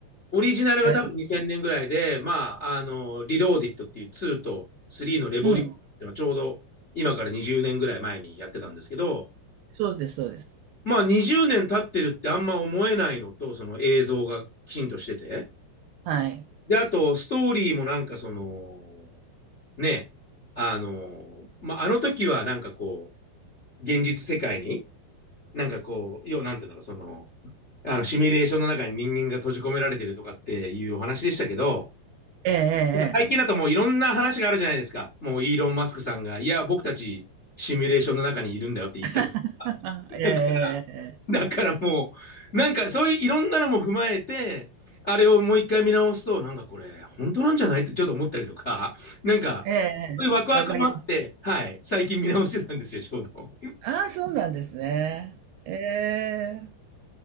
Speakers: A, on the left; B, on the right.
A: オリジナルが多分2000年ぐらいで、
B: だい
A: まあ、あの、リローディットっていう2と3のレボリューションっていうのはちょうど今から20年ぐらい前にやってたんですけど、
B: うん。そうですそうです。
A: まあ20年経ってるってあんま思えないのと、その映像がきちんとしてて。
B: はい。
A: で、あと、ストーリーもなんかその、ね、あの、まあ、あの時はなんかこう、現実世界に、なんかこう、要はなんていうんだろう、その、あの、シミュレーションの中に人間が閉じ込められてるとかっていうお話でしたけど、
B: えええ
A: 最近だともういろんな話があるじゃないですか。もうイーロン・マスクさんが、いや、僕たちシミュレーションの中にいるんだよって言った。
B: えええ。<laughs>
A: <laughs>
B: ええええええ。
A: だからもう、なんかそういういろんなのも踏まえて、あれをもう一回見直すと、なんかこれ、本当なんじゃないってちょっと思ったりとか、<laughs> なんか、
B: ええええ。
A: そういうワクワクもあって、
B: わかります。
A: はい、最近見直してたんですよ、ちょうど。
B: ああ、そうなんですね。ええ。